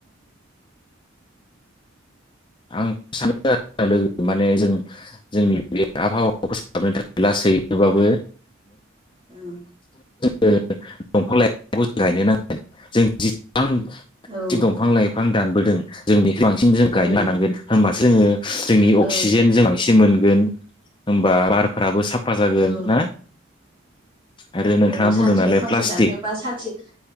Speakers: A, on the left; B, on the right.
A: आं सानो लोगो माने जों जोंनि बे आबहावाखौ फोसाबनो थाखाय लासै सैयैब्लाबो
B: औ
A: दंफां लाइफांखौ गायनो नांगोन जों जि
B: ओ ओं
A: दंफां लाइफां दानबोदों जों बेखौ बांसिन जों गायना
B: औ
A: लानांगोन
B: औ
A: होमबासो जोङो जोंनि
B: औ
A: अक्सिजेन जों बांसिन मोनगोन होमबा बारफोराबो साफ फा जागोन
B: औ
A: ना आरो नोंथाङा
B: औ
A: बुंदों
B: सानसेयाव
A: नालाय
B: फांसे
A: प्लास्टिक
B: दानफायबा सानसे